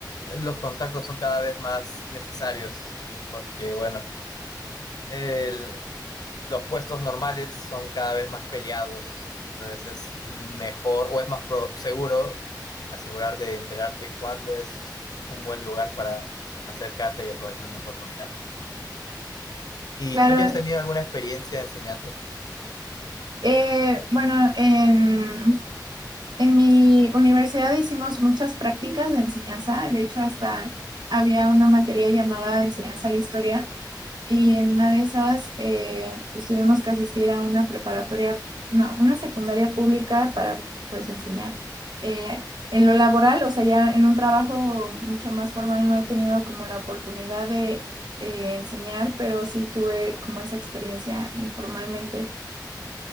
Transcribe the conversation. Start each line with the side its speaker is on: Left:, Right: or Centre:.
Left: los contactos son cada vez más necesarios, porque bueno, el, los puestos normales son cada vez más peleados, entonces es mejor o es más pro- seguro asegurarte de enterarte cuándo es un buen lugar para acercarte y aprovechar una oportunidad. ¿Y
Right: Claro.
Left: tú ya has tenido alguna experiencia enseñando?
Right: Eh, bueno, en En mi universidad hicimos muchas prácticas de enseñanza, de hecho hasta había una materia llamada enseñanza a la historia y en una de esas eh, pues tuvimos que asistir a una preparatoria, no, una secundaria pública para pues enseñar. Eh, en lo laboral, o sea, ya en un trabajo mucho más formal no he tenido como la oportunidad de eh, enseñar, pero sí tuve como esa experiencia informalmente.